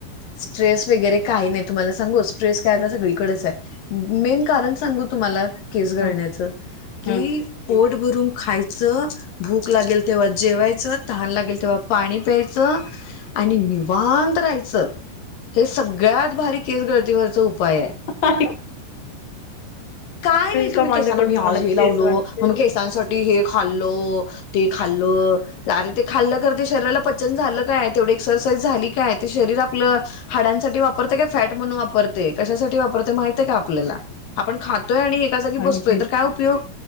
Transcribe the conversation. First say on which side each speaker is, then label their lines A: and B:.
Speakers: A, on the left; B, on the left.
A: स्ट्रेस वगैरे काही नाही तुम्हाला सांगू स्ट्रेस काय आता
B: हम्म
A: सगळीकडेच आहे. मेन कारण सांगू तुम्हाला केस गळण्याचं
B: हम्म
A: की.
B: हम्म
A: पोट भरून खायचं. भूक लागेल तेव्हा जेवायचं तान लागेल तेव्हा पाणी प्यायचं आणि निवांत राहायचं हे सगळ्यात भारी केस गळतीवरच उपाय आहे.
B: पाकी.
A: काय नाही तुम्ही
B: का माझ्याकडून
A: केसांना मी आजही
B: मला तर
A: लावलो
B: तेच वाटते.
A: मग केसांसाठी हे खाल्लो. ते खाल्लं. आरे ते खाल्लं करते शरीराला पचन झालं काय तेवढे एक्सरसाइज झाली काय ते शरीर आपलं हाडांसाठी वापरते का फॅट म्हणून वापरते कशासाठी वापरते माहिते का आपल्याला आपण खातो तोय आणि एका जागी
B: अगदी
A: बसतोय तर काय उपयोग